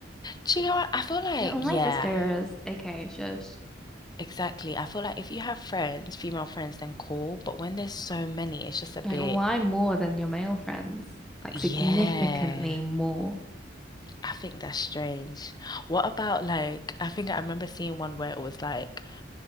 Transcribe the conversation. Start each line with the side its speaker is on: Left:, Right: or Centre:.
Left: Do you know what? I feel like,
Centre: They're all
Left: yeah,
Centre: my sisters. Okay, shush.
Left: exactly. I feel like if you have friends, female friends, then cool. But when there's so many, it's just a bit,
Centre: Like, why more than your male friends? Like,
Left: yeah.
Centre: significantly more.
Left: I think that's strange. What about like, I think I remember seeing one where it was like,